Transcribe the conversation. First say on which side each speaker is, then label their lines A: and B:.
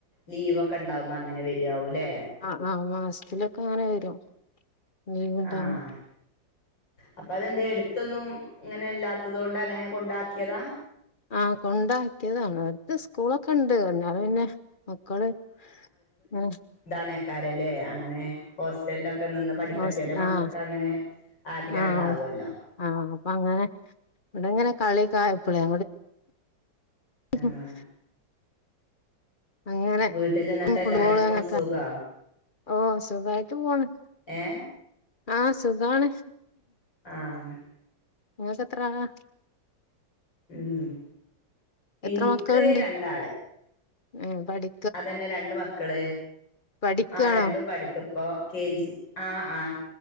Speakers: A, on the left; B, on the left.
A: ലീവൊക്കെ ഇണ്ടാവുമ്പോ അങ്ങനെ വരാവൂല്ലേ
B: ആഹ് ആഹ് മാസത്തിലൊക്കെ അങ്ങനെ വരും ലീവ് ഇണ്ടാവു
A: ആഹ് അപ്പൊ അതെന്തെ എട്ത്ത് ഒന്നും ഇങ്ങനെ ഇല്ലാത്തത് കൊണ്ട് അങ്ങനെ കൊണ്ടാക്കിയതാ
B: ആഹ് കൊണ്ടാക്കിയതാണ് അട്ത്ത് സ്കൂളൊക്കെ ഇണ്ട് എന്നാലും പിന്നെ മക്കള് ഉം
A: താണയ്ക്കാരല്ലേ അങ്ങനെ ഹോസ്റ്റൽലൊക്കെ നിന്ന് പഠിക്കാ
B: ഹോസ്
A: ചെല മക്കൾക്ക്
B: ആഹ്
A: അങ്ങനെ ആഗ്രഹം
B: ആഹ്
A: ഇണ്ടാവുല്ലോ
B: ആഹ് അപ്പൊ അങ്ങനെ ഇവിടെങ്ങനെ കളി ഒക്കായപ്പളെ <unintelligible>
A: ആഹ്
B: <unintelligible> അങ്ങനെ
A: വീട്ടില് ഇന്നട്ട് എല്ലാർക്കും
B: ഫുട്ബോള് അങ്ങനൊക്കെ
A: സുഖം
B: ഓഹ് സുഖായിട്ട് പോണ്
A: ഏ
B: ആഹ് സുഖാണ്
A: ആഹ്
B: ഇങ്ങക്ക് എത്ര ആളാ
A: ഉം
B: എത്ര
A: ഇൻക്ക്
B: മക്കളുണ്ട്
A: രണ്ടാള്
B: ഏഹ് പഠി
A: അതന്നെ രണ്ട് മക്കള്
B: പഠിക്കാണോ
A: ആഹ് രണ്ടും പഠിക്ക ഇപ്പോ കെ ജി ആഹ് ആഹ്